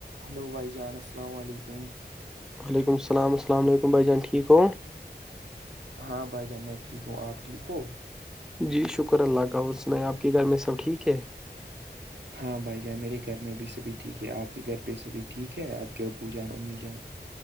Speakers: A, on the right; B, in the centre.
A: ہلو بھائی جان السلام علیکم
B: وعلیکم السلام السلام علیکم بھائی جان ٹھیک ہو
A: ہاں بھائی جان میں ٹھیک ہوں آپ ٹھیک ہو
B: جی شکر اللہ کا اور سنیں آپ کے گھر میں سب ٹھیک ہے
A: ہاں ہاں بھائی جان میرے گھر میں بھی سبھی ٹھیک ہے آپ کے گھر پہ سب ٹھیک ہے آپ کے ابو جان امی جان